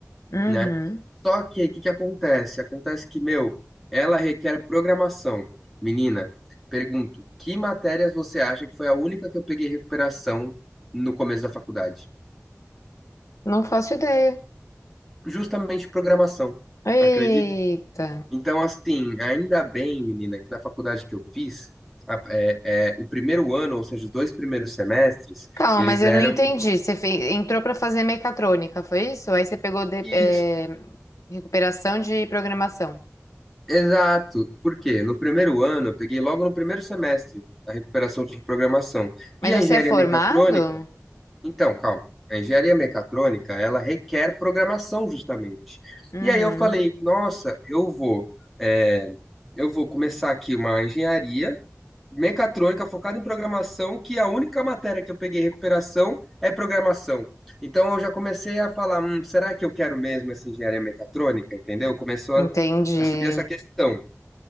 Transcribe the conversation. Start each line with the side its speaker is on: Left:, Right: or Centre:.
Left: Uhum.
Centre: né? Só que o que que acontece? Acontece que, meu, ela requer programação. Menina, pergunto, que matérias você acha que foi a única que eu peguei recuperação no começo da faculdade?
Left: Não faço ideia.
Centre: Justamente programação,
Left: Eita.
Centre: acredita? Então, assim, ainda bem, menina, que na faculdade que eu fiz, a- é, é, o primeiro ano, ou seja, os dois primeiros semestres,
Left: Calma,
Centre: eles
Left: mas eu
Centre: eram
Left: não entendi. Você fe- entrou para fazer mecatrônica, foi isso? Aí você pegou de-
Centre: isso,
Left: é, recuperação de programação.
Centre: Exato. Por quê? No primeiro ano, eu peguei logo no primeiro semestre a recuperação de programação.
Left: Mas
Centre: E a
Left: você
Centre: engenharia
Left: é formado?
Centre: mecatrônica. Então, calma. A engenharia mecatrônica, ela requer programação justamente.
Left: Uhum,
Centre: E aí eu falei, nossa, eu vou, é, eu vou começar aqui uma engenharia mecatrônica focada em programação, que a única matéria que eu peguei recuperação é programação. Então eu já comecei a falar, hum, será que eu quero mesmo essa engenharia mecatrônica? Entendeu? Começou
Left: entendi.
Centre: a, a subir essa questão.